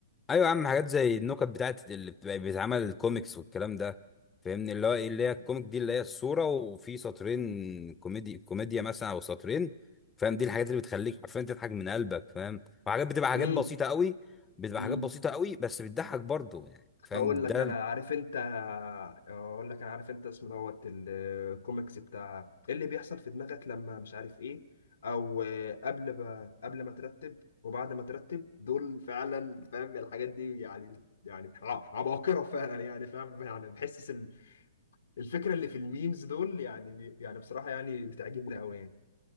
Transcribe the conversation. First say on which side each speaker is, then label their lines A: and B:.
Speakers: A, on the left; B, on the left.
A: ايوه يا عم حاجات زي النكت بتاعت اللي بتبقى بيتعمل الكوميكس والكلام ده فاهمني اللي هو ايه اللي هي الكوميك
B: <laughs>
A: دي اللي هي الصوره وفي سطرين كوميدي كوميديا مثلا او سطرين فاهم دي الحاجات اللي بتخليك حرفيا تضحك من قلبك فاهم وحاجات بتبقى حاجات
B: امم
A: بسيطه قوي بتبقى
B: امم.
A: حاجات بسيطه قوي بس بتضحك برضه يعني فاهم
B: هقول
A: ده
B: لك انا
A: ال-
B: عارف انت هقول لك انا عارف انت اسمه دوت الكوميكس بتاع إيه اللي بيحصل في دماغك لما مش عارف ايه او قبل ما قبل ما ترتب وبعد ما ترتب دول فعلا فاهم الحاجات دي يعني يعني ع- عباقرة فعلا يعني فاهم يعني بحس ال- الفكرة اللي في الميمز دول يعني بي- يعني بصراحة يعني بتعجبني قوي يعني